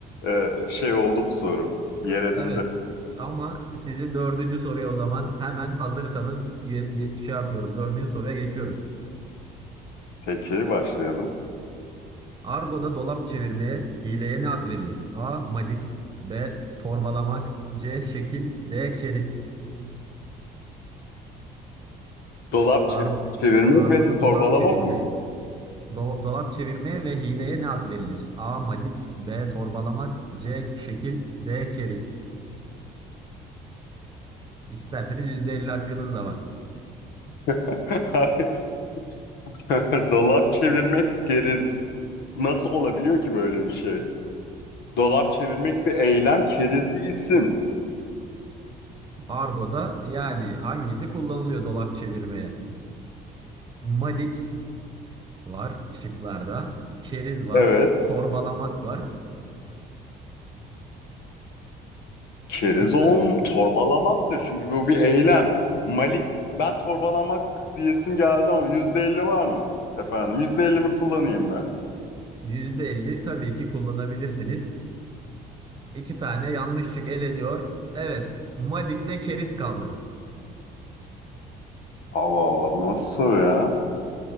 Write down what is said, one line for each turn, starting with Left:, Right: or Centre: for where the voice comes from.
Left: e, şey oldu bu soru. Yer edindi.
Right: Evet. Ama sizi dördüncü soruya o zaman hemen hazırsanız ye- ge- şey yapıyorum. Dördüncü soruya geçiyorum.
Left: Peki başlayalım.
Right: Argo'da dolap çevirmeye, hileye ne ad verilir? A. Madik B. Torbalamak C. Şekil D. Keriz
Left: Dolap
Right: Ar
Left: çev- çevirmek
Right: Argo'da
Left: ve torbalamak
Right: dolap çevirme,
Left: mıydı?
Right: do- dolap çevirmeye ve hileye ne ad verilir? A. Madik, B. Torbalamak, C. Şekil, D. Keriz. İsterseniz %50 hakkınız da var.
Left: <laughs> <laughs> Dolap çevirmek keriz. Nasıl olabiliyor ki böyle bir şey? Dolap çevirmek bir eylem, keriz bir isim.
Right: Argo'da yani hangisi kullanılıyor dolap çevirmeye? Madik var şıklarda, keriz var,
Left: Evet.
Right: torbalamak var.
Left: Keriz
Right: İster
Left: oğlum torbalamaktır. Çünkü bu bir eylem. Malik ben torbalamak diyesim geldi ama yüzde elli var mı? Efendim yüzde elli mi kullanayım ben?
Right: %50 tabii ki kullanabilirsiniz. İki tane yanlış şık eleniyor. Evet, Madik'le keriz kaldı.
Left: Allah Allah bu nasıl soru ya?